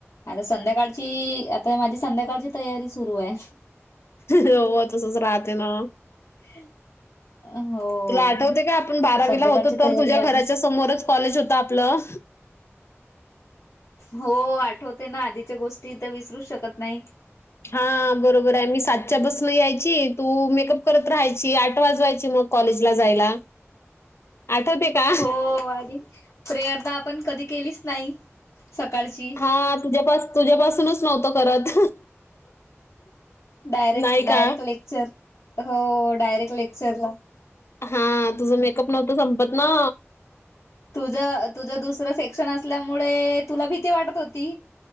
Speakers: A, on the left; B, on the left.
A: आता संध्याकाळची आता माझी संध्याकाळची तयारी सुरुय.
B: हो तसच राहते ना.
A: <unintelligible> हो
B: तुला आठवतय का आपण बारावीला
A: संध्याकाळची
B: होतो तर
A: तयारी
B: तुझ्या
A: आधीच
B: घराच्या समोरच कॉलेज होत आपलं.
A: हो आठवते ना आधीच्या गोष्टी तर विसरूच शकत नाय.
B: हा बरोबर आहे मी सातच्या बसणं यायची तू मेकअप करत राहायची आठ वाजवायची मग कॉलेज ला जायला. आठवते का?
A: हो आणि प्रेअरता तर आपण कधी केलीच नाय सकाळची.
B: हा तुझ्या तुझ्या पासूनच नव्हतो करत.
A: डायरेक-
B: नाही
A: Direct
B: का?
A: lecture. हो डायरेक्ट लेक्चर ला.
B: हा तुझं मेकअप नव्हतं संपत ना.
A: तुझ तुझं दुसरं सेक्शन असल्यामुळे तुला भीती वाटत होती.